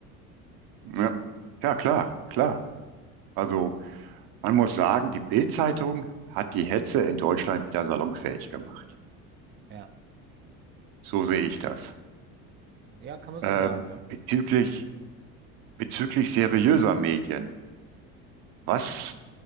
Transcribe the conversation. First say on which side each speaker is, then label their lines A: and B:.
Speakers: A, on the right; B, on the right.
A: Ja, ja, klar, klar. Also man muss sagen, die Bild-Zeitung hat die Hetze in Deutschland wieder salonfähig gemacht.
B: Ja.
A: So sehe ich das.
B: Ja, kann man
A: Äh,
B: so sagen, ja.
A: bezüglich, bezüglich seriöser Medien. Was,